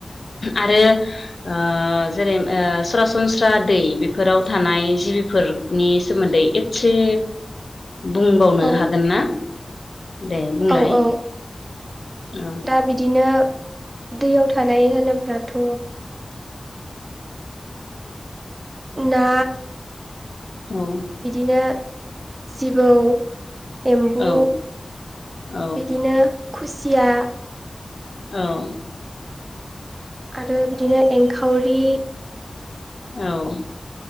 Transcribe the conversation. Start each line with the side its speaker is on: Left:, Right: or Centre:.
Left: आरो ओ जेरै ओ सरासनस्रा दै बेफोराव थानाय जिबिफोर नि सोमोन्दै एदसे बुंबावनो
Right: औ
Left: हागोन ना? दे बुंलाय
Right: औ औ
Left: अ
Right: दा बिदिनो दैयाव थानाय होनोब्लाथ' ना
Left: औ
Right: बिदिनो जिबौ एम्बु
Left: औ औ
Right: बिदिनो खुसिया
Left: औ।
Right: आरो बिदिनो एंखावरि
Left: औ।